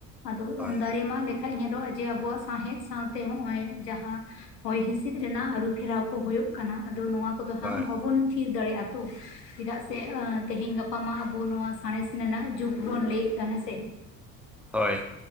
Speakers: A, on the left; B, in the centre.
A: ᱟᱫᱚ
B: ᱦᱳᱭ
A: ᱫᱟᱨᱮ ᱢᱟᱜ ᱞᱮᱠᱷᱟᱡ ᱧᱮᱞᱚᱜᱼᱟ ᱡᱮ ᱟᱵᱚᱣᱟᱜ ᱥᱟᱶᱦᱮᱫ ᱥᱟᱶᱛᱮ ᱦᱚᱸᱜ-ᱚᱭ ᱡᱟᱦᱟᱸ ᱦᱚᱭ ᱦᱤᱸᱥᱤᱫ ᱨᱮᱱᱟᱜ ᱟᱹᱨᱩᱯᱷᱮᱨᱟᱣ ᱠᱚ ᱦᱩᱭᱩᱜ ᱠᱟᱱᱟ ᱟᱫᱚ ᱱᱚᱣᱟ ᱠᱚᱫᱚ ᱦᱟᱸᱜ
B: ᱦᱳᱭ
A: ᱵᱟᱵᱚᱱ ᱛᱷᱤᱨ ᱫᱟᱲᱮᱭᱟᱜᱼᱟ ᱛᱚ ᱪᱮᱫᱟᱜ ᱥᱮ ᱛᱮᱦᱮᱧ ᱜᱟᱯᱟ ᱢᱟ ᱟᱵᱚ ᱱᱚᱣᱟ ᱥᱟᱬᱮᱸᱥ ᱨᱮᱱᱟᱜ ᱡᱩᱜᱽ ᱵᱚᱱ ᱞᱟᱹᱭ ᱫᱟ ᱦᱮᱸᱥᱮ
B: ᱦᱳᱭ